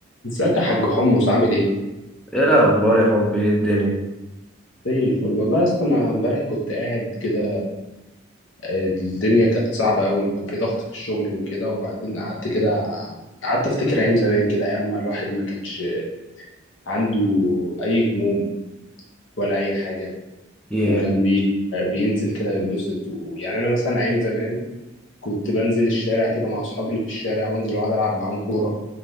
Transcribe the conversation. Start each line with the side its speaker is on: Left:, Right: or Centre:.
Left: ازيك يا حاج حمص عامل ايه؟
Centre: ايه الاخبار يا حب ايه الدنيا
Left: زي الفل والله يا اسطى انا امبارح كنت قاعد كده آه، الدنيا كانت صعبة قوي كان في ضغط في الشغل وكده وبعدين قعدت كده قعدت افتكر ايام زمان كده ايام ما الواحد ما كانش عنده اي هموم ولا اي حاجة
Centre: ياه
Left: وكان بي... آه، بينزل كده يتبسط ويعني انا مثلا ايام زمان كنت بنزل الشارع كده مع اصحابي اللي في الشارع وانزل اقعد العب معاهم كورة